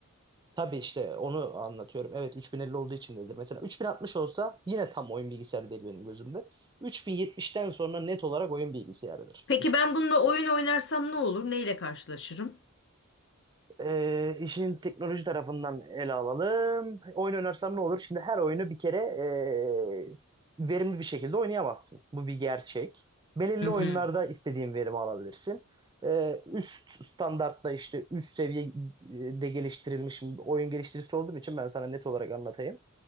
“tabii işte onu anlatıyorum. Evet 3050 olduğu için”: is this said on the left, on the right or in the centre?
Right